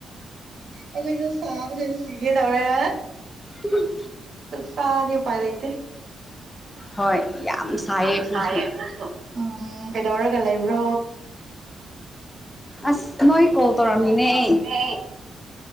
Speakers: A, on the right; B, on the left.
A: ꯑꯩꯈꯣꯏꯁꯨ ꯁꯥꯕ ꯆꯁꯤꯒꯦ ꯇꯧꯔꯦ
B: ꯑꯗꯨꯣꯏ
A: ꯆꯅꯤ ꯎ ꯄꯥꯏ ꯂꯩꯇꯦ
B: ꯍꯣꯏ ꯌꯥꯝ ꯁꯥꯏꯌꯦꯀꯁꯨ
A: ꯌꯥꯝ ꯁꯥꯏꯌꯦ ꯑꯩꯈꯣꯏꯁꯨ ꯎꯝ ꯀꯩꯗꯧꯔꯒ ꯂꯩꯕ꯭ꯔꯣ
B: ꯑꯁ ꯅꯣꯏ ꯀꯣꯜ ꯇꯧꯔꯝꯃꯤꯅꯦ
A: ꯀꯣ ꯇ
B: ꯑꯩ
A: ꯅ